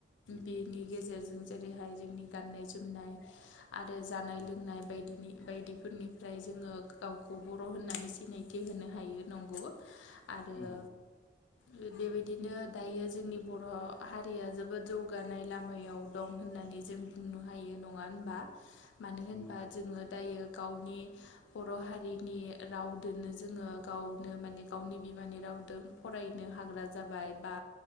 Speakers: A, in the centre; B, on the left (about 80°).
A: उम
B: बेनि गेजेरजों जेरैहाय जोंनि गाननाय जोमनाय आरो। जानाय
A: उम
B: लोंनाय बायदिनि बायदिफोरनिफ्राय जोङो गावखौ बर' होननानै सिनायथि होनो हायो नंगौ। आरो।
A: उम
B: बेबायदिनो दायो जोंनि बर' हारिया जोबोद जौगानाय लामायाव दं होननानै जों बुंनो हायो नङा होनबा मानो
A: नंगौ
B: होनबा जोङो दायो गावनि बर' हारिनि रावदोनो जोङो गावनो माने गावनि बिमानि रावजों फरायनो हाग्रा जाबाय बा